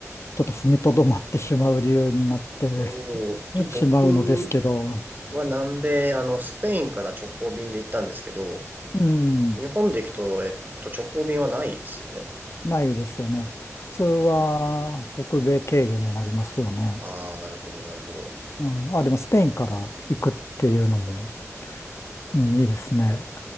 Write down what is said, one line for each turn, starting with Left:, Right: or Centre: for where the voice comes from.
Left: ちょっと踏みとどまってしまう理由になって
Right: おーちょ僕
Left: <laughs> しまうのですけど、
Right: は南米、あの、スペインから直行便で行ったんですけど、
Left: うん、
Right: 日本で行くと、えっと、直行便はないですよね。
Left: ないですよね。普通は北米経由になりますよね。
Right: ああ、なるほど、なるほど。
Left: うん、あ、でもスペインから行くっていうのも、うん、いいですね。